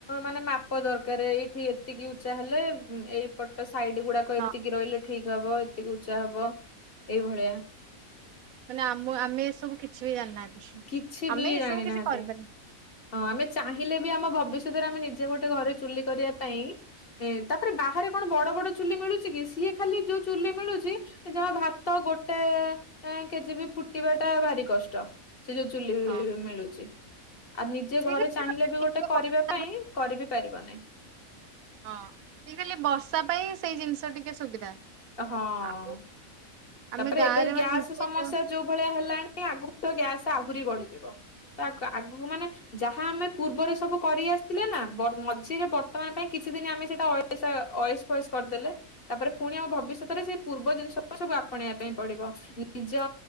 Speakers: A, on the left (about 40°); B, on the right (about 75°).
A: ମାନେ ମାପ ଦରକାର ଏଇଠି ଏତିକି ଉଚା ହେଲେ ଏଇ ତା ସାଇଡ ଗୁଡାକ
B: ହଁ
A: ଏତିକି ରହିଲେ ଠିକ ହବ ଏତିକି ଉଚ୍ଚା ହବ ଏଇଭଳିଆ।
B: ମାନେ ଆମ ଆମେ ଏସବୁ କିଛି ବି ଜାଣିନାହାନ୍ତି,
A: କିଛି ବି
B: ଆମେ
A: ଜାଣିନାହାନ୍ତି।
B: ଏସବୁ କିଛି କରିପାରିବାନି।
A: ହଁ, ଆମେ ଚାହିଁଲେ ବି ଆମ ଭବିଷ୍ୟତରେ ଆମେ ନିଜେ ଗୋଟେ ଘରେ ଚୁଲି କରିବା ପାଇଁ ତାପରେ ବାହାରେ କଣ ବଡ ବଡ ଚୁଲି ମିଳୁଛି କି ସିଏ ଖାଲି ଯୋଉ ଚୁଲି ମିଳୁଛି ଯମା ଭାତ ଗୋଟେ କେଜି ବି ଫୁଟିବାଟା ଭାରି କଷ୍ଟ। ସେ ଯୋଉ ଚୁଲି ବି
B: ହଁ
A: ମିଳୁଛି। ଆଉ ନିଜେ
B: ଠିକ
A: ଘରେ
B: ଅଛି
A: ଚାହିଁଲେ
B: ମାନେ
A: ବି
B: ଟିକେ
A: ଗୋଟେ କରିବା
B: ବର୍ଷା
A: ପାଇଁ
B: ହଁ
A: କରିିବି ପାରିବନାହିଁ।
B: ହଁ ମୁଁ କହିଲି ବର୍ଷା ପାଇଁ ସେଇ ଜିନିଷ ଟିକେ ସୁବିଧା।
A: ହଁ,
B: ଆଉ ଆମେ
A: ତାପରେ
B: ଗାଁରେ
A: ଏବେ
B: ମାନେ
A: ଗ୍ୟାଶ୍
B: ନିଜେ
A: ସମସ୍ୟା।
B: ହଁ
A: ଯୋଉ ଭଳିଆ ହେଲାଣି ଆଗକୁ ତ ଗ୍ୟାସ୍ ଆହୁରି ବଢିଯିବ ଆଗକୁ ମାନେ ଯାହା ଆମେ ପୂର୍ବରେ ସବୁ କରି ଆସିଥିଲେ ନା ମଝିରେ ବର୍ତ୍ତମାନ ପାଇଁ କିଛି ଦିନ ଆମେ ସେଇଟା ଅ ଅଏସ୍ ଫଏସ୍ କରିଦେଲେ ତାପରେ ପୁଣି ଆଉ ଭ ଭବିଷ୍ୟତରେ ସେ ପୂର୍ବ ଜିନିଷ ସବୁ ଆପଣେଇବା ପାଇଁ ପଡିବ ନିଜ